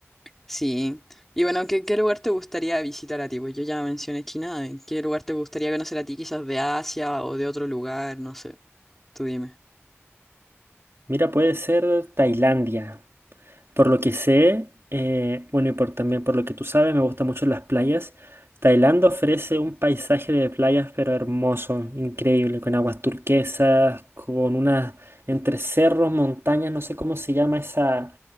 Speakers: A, in the centre; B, on the right (about 60°).
A: Sí. Y bueno, ¿qué, qué lugar te gustaría visitar a ti? Pues yo ya mencioné China. ¿En qué lugar te gustaría conocer a ti? Quizás de Asia o de otro lugar, no sé. Tú dime.
B: Mira, puede ser Tailandia. Por lo que sé, eh, bueno, y por, también por lo que tú sabes, me gustan mucho las playas. Tailandia ofrece un paisaje de playas, pero hermoso, increíble, con aguas turquesas, con unas entre cerros, montañas, no sé cómo se llama esa,